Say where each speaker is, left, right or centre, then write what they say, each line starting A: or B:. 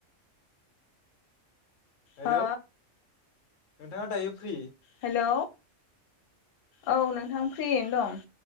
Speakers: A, on the left; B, on the left.
A: हेलौ
B: हो
A: नोंथांङा दायो फ्रि?
B: हेलौ औ नोंथां फ्रियैनो दं।